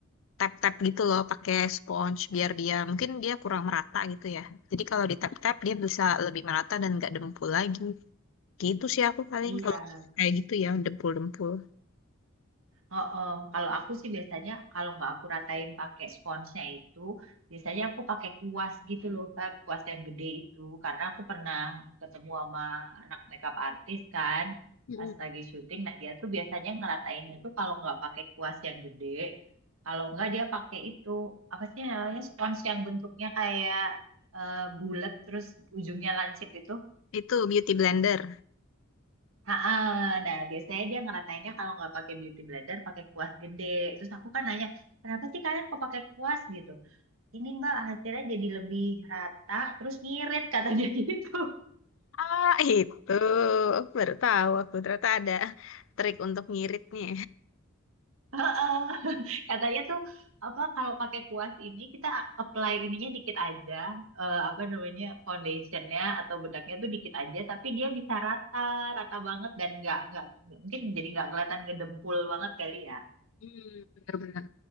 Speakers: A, on the left; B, on the right.
A: tap-tap gitu loh pakai sponge biar dia mungkin dia kurang merata gitu ya. Jadi kalau di tap-tap dia bisa lebih merata dan nggak dempul lagi. Gitu sih aku paling
B: Iya,
A: kalau kayak gitu ya dempul-dempul.
B: Heeh, Kalau aku sih biasanya kalau nggak aku ratain pakai sponsnya itu, biasanya aku pakai kuas gitu loh, Feb, kuas yang gede itu. Karena aku pernah ketemu sama anak makeup artis kan,
A: Mm-mm.
B: pas lagi syuting. Nah dia tuh biasanya ngeratainnya tuh kalau nggak pakai kuas yang gede, kalau nggak dia pakai itu apa sih namanya spons yang bentuknya kayak eh bulat terus ujungnya lancip itu.
A: Itu beauty blender.
B: Ah, ah. nah biasanya dia ngeratainnya kalau nggak pakai beauty blender pakai kuas gede. Terus aku kan nanya, kenapa sih kalian kok pakai kuas gitu? Ini Mbak hasilnya jadi lebih rata, terus ngirit katanya <laughs> gitu.
A: Ah itu aku baru tahu aku ternyata ada trik untuk ngiritnya.
B: Heeh. Katanya tuh apa kalau pakai kuas ini kita apply ininya dikit aja, eh, apa namanya foundationnya atau bedaknya tuh dikit aja, tapi dia bisa rata, rata banget dan nggak nggak mungkin jadi nggak kelihatan gedempul banget kali ya.
A: Hmm, Bener-bener.